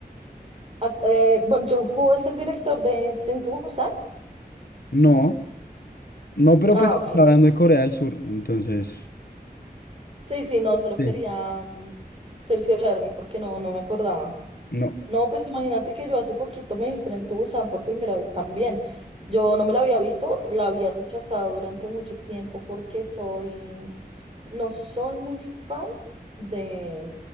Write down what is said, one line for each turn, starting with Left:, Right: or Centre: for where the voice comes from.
Right: Ah, Eh, Bong Joon-ho es el director de Tren to Busan.
Left: No, no, pero
Right: Ah,
Left: pues
Right: ok.
Left: está hablando de Corea del Sur, entonces,
Right: Sí, sí, no, solo
Left: sí,
Right: quería mm, cerciorarme porque no, no me acordaba.
Left: no.
Right: No, pues imagínate que yo hace poquito me vi Tren to Busan por primera vez también. Yo no me la había visto, la había rechazado durante mucho tiempo porque soy, no soy muy fan de,